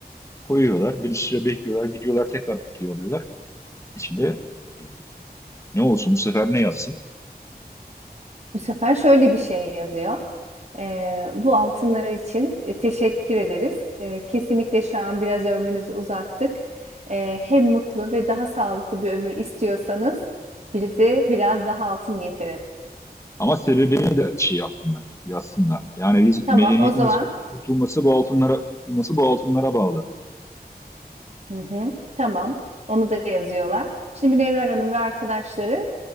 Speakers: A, on the left; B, on the right.
A: Koyuyorlar. Bir süre bekliyorlar. Gidiyorlar tekrar kutuyu alıyorlar. İçinde e, Ne olsun bu sefer ne yazsın?
B: Bu sefer şöyle bir şey yazıyor. Ee, bu altınlar için e, teşekkür ederiz. Ee, kesinlikle şu an biraz ömrünüzü uzattık. Ee, hem mutlu ve daha sağlıklı bir ömür istiyorsanız bize biraz daha altın getirin.
A: Ama sebebini de şey yapsınlar, yazsınlar. Yani biz
B: Tamam,
A: medeniyetimiz
B: o zaman
A: kurtulması bu altınlara kurtulması bu altınlara bağlı.
B: Hı hı. Tamam. Onu da yazıyorlar. Şimdi Münevver Hanım ve arkadaşları